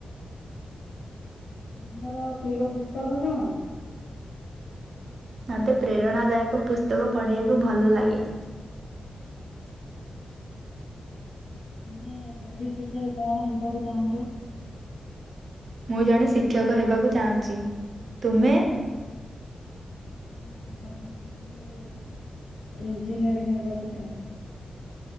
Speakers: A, on the left (about 75°); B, on the right (about 55°).
A: ତୁମର ପ୍ରିୟ ପୁସ୍ତକ କଣ?
B: ମତେ ପ୍ରେରଣା ଦାୟକ ପୁସ୍ତକ ପଢିବାକୁ ଭଲ ଲାଗେ।
A: ତୁମେ ଭବିଷ୍ୟତରେ କଣ ହେବାକୁ ଚାହୁଁଛ?
B: ମୁଁ ଜଣେ ଶିକ୍ଷକ ହେବାକୁ ଚାହୁଁଛି, ତୁମେ?
A: ମୁଁ ଭବିଷ୍ୟତରେ ଇଞ୍ଜିନିୟରିଂ ହେବାକୁ ଚାହୁଁଛି।